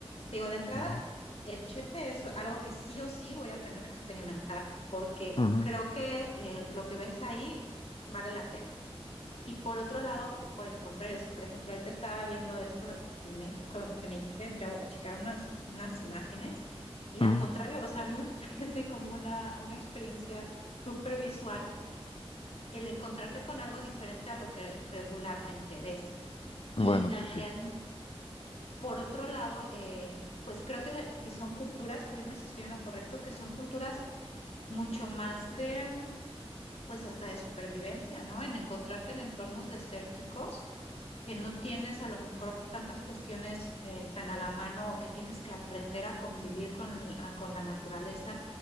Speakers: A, on the left; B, on the left.
A: Te digo, de entrada,
B: Ujú,
A: el chepe es algo que sí o sí voy a tener que experimentar, porque
B: ujú,
A: creo que eh, lo que ves ahí vale la pena. Y por otro lado, por el contrario, si por ejemplo ahorita estaba viendo esto de Quimé, con- que me dijiste, entré a a checar unas, unas imágenes, y al
B: ujú.
A: contrario, o sea, a mí me <laughs> parece como una, una experiencia súper visual el encontrarte con algo diferente a lo que regularmente ves. Y
B: Bueno,
A: también,
B: eso sí.
A: por otro lado, eh, pues creo que, que son culturas, tú dime si estoy en lo correcto, que son culturas mucho más de, mm, pues hasta de supervivencia, ¿no? En encontrarte en entornos desérticos, que no tienes a lo mejor tantas cuestiones eh, tan a la mano o que tienes que aprender a convivir con, la- con la naturaleza